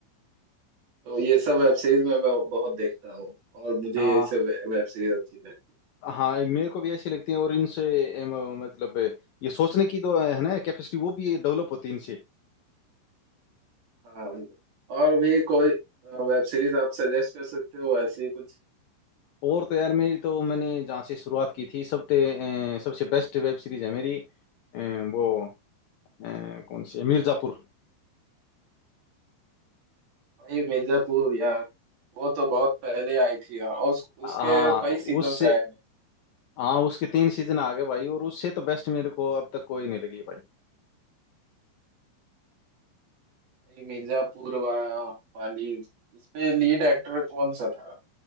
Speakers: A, on the right; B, on the left.
A: तो ये सब वेब सीरीज में मैं ब- बहुत देखता हूँ और मुझे
B: हाँ
A: यही सब वे- वेब सीरीज अच्छी लगती
B: हाँ मेरे को भी ऐसी लगती है और इनसे एम, मतलब ये सोचने की तो है ना कैपेसिटी वो भी डेवलप होती है इनसे
A: है हाँ और भी कोई अ, वेब सीरीज आप सजेस्ट कर सकते हो ऐसी ही कुछ
B: और तो यार मेरी तो मैंने जहाँ से शुरुआत की थी सबसे अ, सबसे बेस्ट वेब सीरीज है मेरी अ, वो अ, कौन सी है? मिर्जापुर
A: भाई मिर्जापुर यार वो तो बहुत पहले आई थी यार और उस, उसके
B: हाँ
A: कई
B: उससे
A: सीजन्स आए हैं
B: हाँ उसके तीन सीजन आ गए भाई और उससे तो बेस्ट मेरे को अब तक कोई नहीं लगी है भाई
A: भाई मिर्जापुर वा, वाली इसपे लीड एक्टर कौन सा था